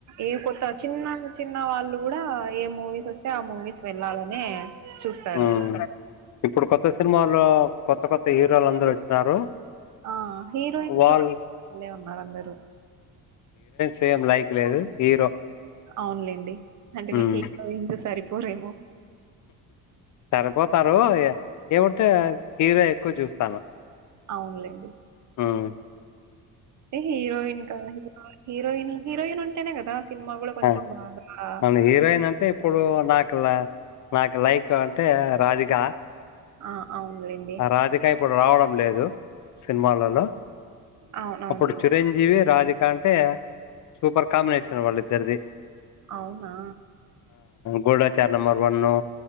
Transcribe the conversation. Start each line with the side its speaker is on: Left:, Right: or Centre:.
Right: ఏ కొత్త చిన్న చిన్న న్న వాళ్ళు కూడ ఏ మూవీస్ వస్త ఆ మూవీస్ వెళ్ళాలని చూస్తారు
Left: హ్మ్ ఇప్పుడు కొత్త సినిమాల్లో కొత్త కొత్త హీరోలు అందరు వచ్చినారు
Right: ఆ హీరోయిన్స్
Left: వాళ్ళు
Right: వల్లే ఉన్నారు అందరు
Left: సేమ్ లైక్ లేదు హీరో
Right: అవునులేండి అంటే
Left: హ్మ్
Right: మీకు ఇంచ్ సరిపోద పోరేము
Left: సరిపోతారు ఏమంటే హీరో ఎక్కువ చూస్తాను
Right: అవునులేండి
Left: హ్మ్.
Right: హీరోయిన్ కన్నా హీరో హీరోయిన్ హీరోయిన్ ఉంటేనే కద సినిమా కూడ కొంచెం
Left: ఆ!
Right: బాగా
Left: అవును. హీరోయిన్ అంటే ఇప్పుడు నాకు నాకు లైక్ ఎక్కు అంటే రాధిక
Right: ఆ అవునులేండి
Left: ఆ 'రాధిక' ఇప్పుడు రావడం లేదు సినిమాలలో
Right: అవును అవునులే
Left: అప్పుడు చిరంజీవి రాది ఇంకా అంటే సూపర్ కాంబినేషన్ వాళ్ళ ఇద్దరిది.
Right: అవునా
Left: గుడాచార్ నంబర్ వన్.